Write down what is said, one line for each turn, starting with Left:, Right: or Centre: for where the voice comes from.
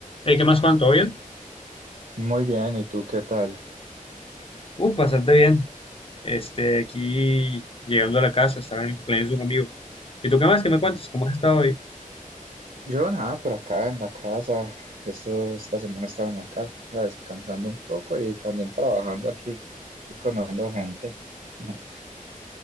Left: Hey, ¿qué más, Juan? ¿Todo bien?
Right: Muy bien, ¿y tú qué tal?
Left: Uh, bastante bien. Este, aquí llegando a la casa, estaba en el cumpleaños de un amigo. ¿Y tú qué más? ¿Qué me
Right: Mm.
Left: cuentas? ¿Cómo has estado hoy?
Right: Yo nada, por acá en la casa. Esto, esta semana estaba en la casa descansando un poco y también trabajando aquí y conociendo gente. Ajá.